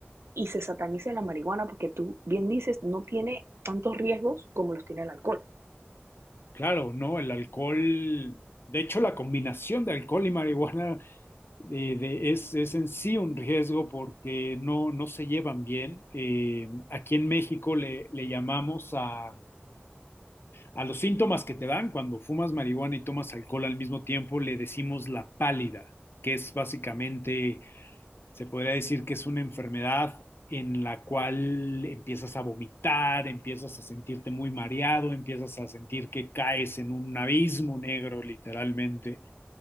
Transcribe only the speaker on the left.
Claro, no, el alcohol, de hecho la combinación de alcohol y marihuana eh, de- es, es en sí un riesgo porque no, no se llevan bien. Eh, aquí en México le, le llamamos a, a los síntomas que te dan cuando fumas marihuana y tomas alcohol al mismo tiempo, le decimos la pálida, que es básicamente se podría decir que es una enfermedad en la cual empiezas a vomitar, empiezas a sentirte muy mareado, empiezas a sentir que caes en un abismo negro, literalmente.